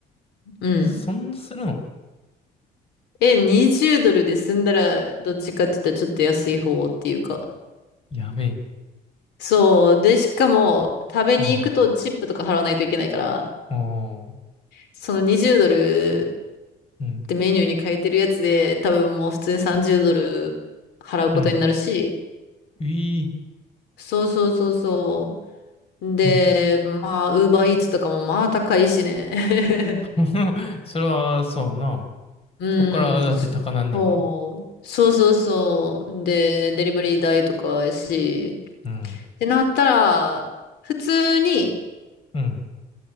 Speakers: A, on the left; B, on the left.
A: うん。
B: そんなするの
A: え、20ドルで済んだらどっちかって言ったらちょっと安い方っていうか。
B: やべえ。
A: そう。で、しかも食べに行くとチップとか払わないといけないから、
B: うん。ああ、
A: その20ドル
B: うん、
A: ってメニューに変えてるやつで多分もう普通に30ドル払うことになるし、
B: うん。うい
A: そうそうそうそう。で、
B: えぐ。
A: まあ、ウーバーイーツとかもまあ高いしね。
B: <laughs> それは、そうやな。
A: <laughs> うん、
B: そっからだって高なんねんから。
A: そう、そうそうそう。で、デリバリー代とかやし、
B: うん。
A: ってなったら、普通に
B: うん。